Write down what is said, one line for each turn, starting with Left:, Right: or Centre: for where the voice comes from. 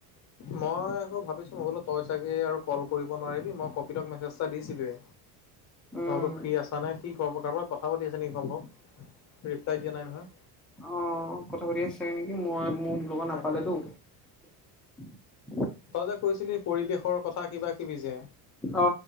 Left: মই আকৌ ভাৱিছো মই বোলো তই চাগে আৰু কল কৰিব নোৱাৰিবি। মই কপিলক মেছেজ দিছিলোৱে।
Centre: উম
Left: অলপ ফ্ৰি আছা নে, সি ক-কাৰোব কথা পাতি আছে নেকি সম্ভৱ। ৰিপ্লাই দিয়া নাই নহয়
Centre: আহ কথা পাতি চাগে নেকি, মই মোৰ লগত
Left: তাকে
Centre: নাপালেতো।
Left: আৰু
Centre: <inaudible>
Left: তই যে কৈছিলি পৰিৱেশৰ কথা কিবা কিবি যে।
Centre: অ